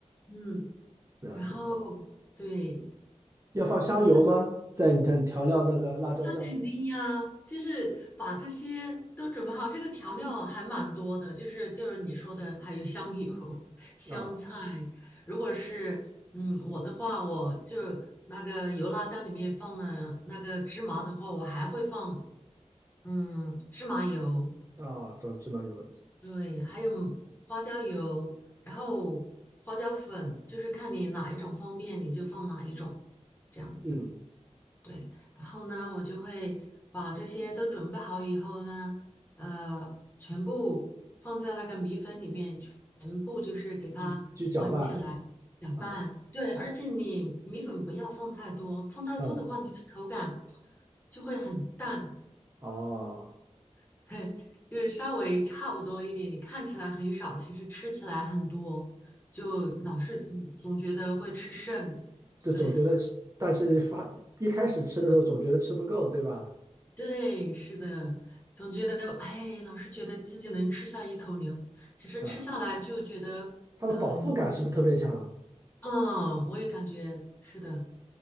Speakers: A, on the left (about 15°); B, on the right (about 25°).
A: 嗯，
B: 了解。
A: 然后对。
B: 要放香油吗？在你看调料那个辣椒酱
A: 那肯定呀，就是把这些都准备好，这个调料还蛮多的，就是就是你说的，还有香油、<laughs> 香菜。
B: 啊
A: 如果是嗯我的话，我就那个油辣椒里面放了那个芝麻的话，我还会放嗯芝麻油，
B: 啊，找芝麻油，
A: 对，还有花椒油，然后花椒粉，就是看你哪一种方便你就放哪一种，这样子。
B: 嗯，
A: 对，然后呢，我就会把这些都准备好以后呢，呃，全部放在那个米粉里面，全部就是给它混起来，
B: 去去搅拌
A: 搅拌。
B: 啊，
A: 对，而且你米粉不要放太多，放太多的话，
B: 嗯，
A: 你的口感就会很淡，
B: 哦，
A: <laughs> 嘿，就是稍微差不多一点。你看起来很少，其实吃起来很多，就老是总总觉得会吃剩。
B: 这总觉得吃，
A: 对，
B: 但是发一开始吃的时候总觉得吃不够，对吧？
A: 对，是的，总觉得哎，老是觉得自己能吃下一头牛，其实吃下来就觉得，
B: 啊，它的饱腹感是不是特别强？
A: 嗯嗯，我也感觉是的，